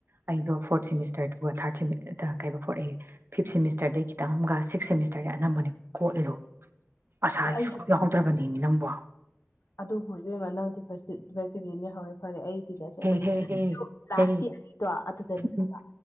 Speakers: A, on the right (about 55°); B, on the left (about 70°).
A: ꯑꯩꯗꯣ ꯐꯣꯔꯠ ꯁꯦꯃꯤꯁꯇꯔꯗꯨꯕꯨ ꯊꯥꯔꯠ ꯀꯩꯕ ꯐꯣꯔꯛꯑꯦ ꯐꯤꯞ ꯁꯦꯃꯤꯁꯇꯔꯗꯩ ꯈꯤꯇꯪ ꯑꯃꯒ ꯁꯤꯛꯁ ꯁꯦꯃꯤꯁꯇꯔꯗ ꯑꯅꯝꯕꯅꯦ ꯀꯣꯠꯂꯤꯔꯣ ꯑꯁꯥꯏꯁꯨ
B: ꯑꯩꯁꯨ
A: ꯌꯥꯎꯗ꯭ꯔꯕꯅꯦ ꯃꯤ ꯅꯪꯕꯣ
B: ꯑꯗꯨꯕꯨ ꯏꯕꯦꯝꯃ ꯅꯪꯗꯤꯤꯚꯅꯤ ꯍꯧꯔꯦ ꯐꯔꯦ ꯑꯩ ꯅ ꯆꯕꯒꯤ
A: ꯍꯦ ꯍꯦ
B: ꯑꯩꯁꯨ
A: ꯍꯦ
B: ꯀ꯭ꯂꯥꯁꯀꯤ
A: ꯍꯦ
B: ꯑꯅꯤꯗꯣ ꯑꯗꯨꯗꯅꯦꯕ
A: ꯎꯝ